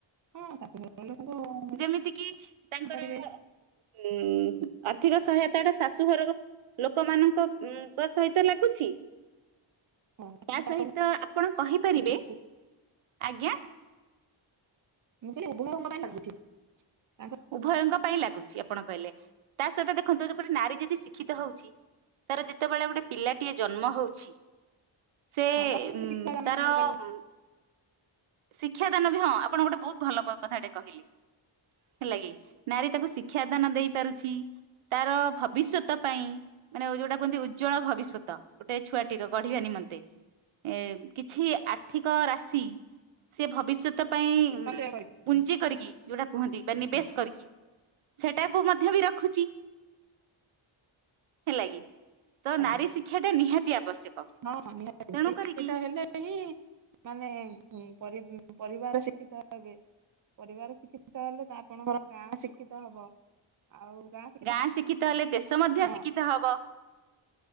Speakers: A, on the right; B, on the right.
A: ହଁ ଶାଶୁଘର ଲୋକଙ୍କୁ
B: ଯେମିତି କିି ତାଙ୍କର
A: ପାରିବେ
B: ଉଁ ଆର୍ଥିକ ସହାୟତାଟା ଶାଶୁଘର ଲୋକମାନଙ୍କ ଙ୍କ ସହିତ ଲାଗୁଛି।
A: ହଁ ତାଙ୍କ
B: ତା ସହିତ
A: ପାଖ
B: ଆପଣ କହିପାରିବେ,
A: ମୁଁ କହିଲି
B: ଆଜ୍ଞା।
A: <unintelligible> ତାଙ୍କ
B: ଉଭୟଙ୍କ ପାଇଁ ଲାଗୁଛି ଆପଣ କହିଲେ ତା ସହିତ ଦେଖନ୍ତୁ ଯେପଟେ ନାରୀ ଯଦି ଶିକ୍ଷିତ ହଉଛି? ତାର ଯେତେବେଳେ ଗୋଟେ ପିଲାଟିଏ ଜନ୍ମ ହଉଛି ସେ
A: ହଁ ତାକୁ ଯଦି
B: ଉଁ
A: ଶିକ୍ଷାଦାନ
B: ତାର
A: କରିପାରିବ
B: ଉଁ ଶିକ୍ଷା ଦାନ ବି ହଁ ଆପଣ ଗୋଟେ ବହୁତ ଭଲ କଥାଟେ କହିଲେ, ହେଲା କି? ନାରୀ ତାକୁ ଶିକ୍ଷାଦାନ ଦେଇ ପାରୁଛି, ତାର ଭବିଷ୍ୟତ ପାଇଁ ମାନେ ଯୋଉଟା କୁହନ୍ତି ଉଜ୍ଜଳ ଭବିଷ୍ୟତ ଗୋଟେ ଛୁଆଟି ର ଗଢିବା ନିମନ୍ତେ। ଏ କିଛି ଆର୍ଥିକ ରାଶି। ସେ ଭବିଷ୍ୟତ ପାଇଁ
A: ସଞ୍ଚୟ କରିବ
B: ପୁଞ୍ଜି କରିକି ଯୋଉଟା କୁହନ୍ତି ବା ନିବେଶ
A: ହଁ
B: କରିକି। ସେଟାକୁ ମଧ୍ୟ ବି ରଖୁଛି ହେଲା କିି? ତ ନାରୀ
A: ଆଜ୍ଞା
B: ଶିକ୍ଷାଟା ନିହାତି ଆବଶ୍ୟକ।
A: ହଁ ହଁ ନିହାତି
B: ତେଣୁ
A: ନାରୀ
B: କରିକି
A: ଶିକ୍ଷିତ ହେଲେ ହିଁ ମାନେ ପରି ପରିବାର ଶିକ୍ଷିତ ହେବେ। ପରିବାର ଶିକ୍ଷିତ ହେଲେ ତ ଆପଣଙ୍କର ଗାଁ ଶିକ୍ଷିତ ହବ ଆଉ ଗାଁ
B: ଗାଁ ଶିକ୍ଷିତ ହେଲେ ଦେଶ ମଧ୍ୟ
A: ହଁ
B: ଶିକ୍ଷିତ ହବ।